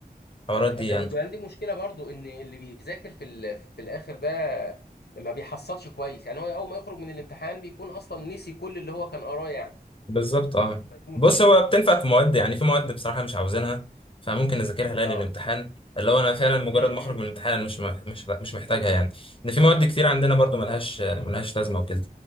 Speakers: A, on the left; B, on the left.
A: الحوارات
B: ده
A: دي يعني
B: وده عندي مشكله برضو ان اللي بيذاكر في ال... في الاخر ده ما بيحصلش كويس يعني هو اول ما يخرج من الامتحان بيكون اصلا نسي كل اللي هو كان قراه يعني
A: بالظبط اه
B: فدي مشكله
A: بص هو بتنفع في مواد يعني في مواد بصراحة مش عاوزينها فممكن اذاكرها ليالي
B: اه
A: الامتحان اللي هو انا فعلا مجرد
B: امم
A: ما
B: إمم.
A: اخرج من الامتحان انا مش مح- مش مش محتاجها يعني ان في مواد كتير عندنا برضو ملهاش ملهاش لازمة وكده